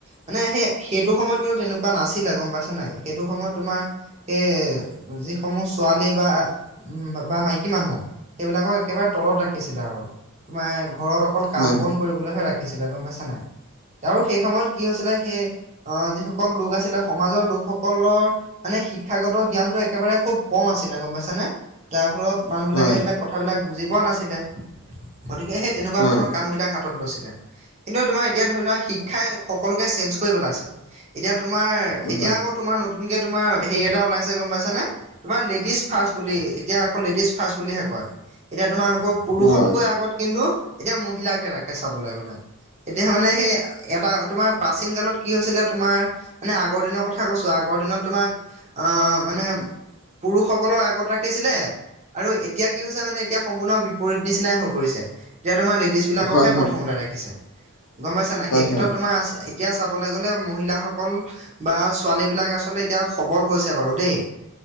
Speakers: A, on the right; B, on the left.
A: মানে সেয়ে সেই। সেইটো সময়ত কিন্তু তেনেকুৱা নাছিলে গম পাইছা নাই সেইটো সময়ত তোমাৰ। সেই যিসমূহ ছোৱালী বা উম', বা মাইকী মানুহ, সেইবিলাকক একেবাৰে তলত ৰাখিছিলে আৰু তোমাৰ ঘৰত অক অকল
B: হয়
A: কাম বন কৰিবলৈহে ৰাখিছিলে গম পাইছা নাই, তাৰো সেই সময়ত কি হৈছিলে সেই। আহ যিসকল লোক আছিলে সমাজৰ লোকসকলৰ মানে শিক্ষাগত জ্ঞানটো একেবাৰে খুব কম আছিলে গ'ম পাইছানে? যাৰ ফলত মানুহবিলাকে
B: হয়
A: এইবিলাক কথাবিলাক বুজি পোৱা নাছিলে। গতিকে সেই তেনেকুৱা
B: হয়
A: ধৰণৰ কাম বিলাক হাতত লৈছিলে। কিন্তু তোমাৰ এতিয়া ধৰি লোৱা শিক্ষাই সকলোকে চেঞ্জ কৰি পেলাইছে। এতিয়া তোমাৰ এতিয়া
B: হয়
A: আকৌ তোমাৰ নতুন কে তোমাৰ হেৰি এটা ওলাইছে গ'ম পাইছানে? তোমাৰ লেডিজ ফাৰ্ষ্ট বুলি এতিয়া আকৌ লেডিজ ফাৰ্ষ্ট বুলিহে কয়। এতিয়া তোমাৰ আকৌ পুৰুষতকৈ
B: হয়
A: আগত কিন্তু এতিয়া মহিলাকহে ৰাখে চাবলৈ গ'লে। এতিয়া মানে সেই এটা তোমাৰ প্ৰাচীন কালত কি হৈছিলে। তোমাৰ মানে আগৰ দিনৰ কথা কৈছো আগৰ দিনত তোমাক আহ মানে পুৰুষসকলক আগত ৰাখিছিলে। আৰু এতিয়া কি হৈছে মানে এতিয়া সম্পূৰ্ণ বিপৰীত নিচিনাই হৈ পৰিছে, এতিয়া তোমাৰ লেডিজ বিলাককহে
B: হয় হয় হয়
A: প্ৰথমতে ৰাখিছে গম পাইছা নাই?
B: হয়
A: সেই
B: হয় হয়
A: ক্ষেত্ৰত
B: হয়
A: তোমাৰ এতিয়া চাবলৈ গ'লে মহিলাসকল বা ছোৱালী বিলাক আচলতে এতিয়া সবল হৈছে বাৰু দেই।